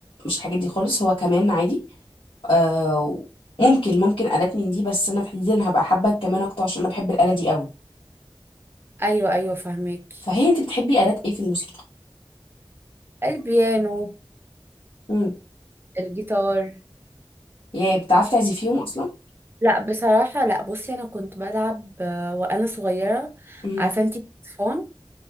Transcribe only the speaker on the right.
ايوه ايوه فهمك
البيانو
الجيتار
لا بصراحه لا بصي انا كنت بلعب آه، وانا صغيره
عارفه انت الساكسفون